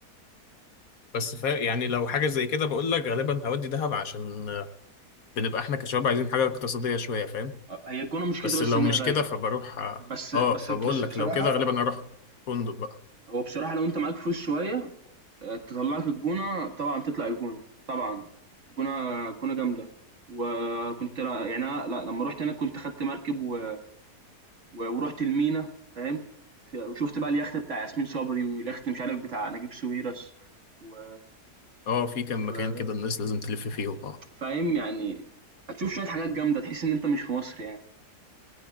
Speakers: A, on the left; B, on the right.
A: بس فا يعني لو حاجة زي كده بقول لك غالبا هودي دهب عشان بنبقى احنا كشباب عايزين حاجة اقتصادية شوية فاهم
B: آه، هي الجونه مشكلتها
A: بس
B: بس
A: لو
B: انها
A: مش
B: غاليه
A: كده فبروح
B: بس
A: اه
B: بس
A: فبقول
B: بس
A: لك
B: بصراحه
A: لو كده غالبا اروح فندق بقى
B: هو بصراحه لو انت معاك فلوس شويه آه، تطلعك الجونة طبعا تطلع الجونة طبعا الجونة الجونة جامدة وكنت لا- يعني أنا لا لما رحت هناك كنت خدت مركب و... و... ورحت المينا فاهم ف- وشفت بقى اليخت بتاع ياسمين صبري واليخت مش عارف بتاع نجيب ساويرس و...
A: اه في كام
B: و...
A: مكان كده الناس لازم تلف فيهم اه
B: فاهم يعني هتشوف شوية حاجات جامدة تحس إن أنت مش في مصر يعني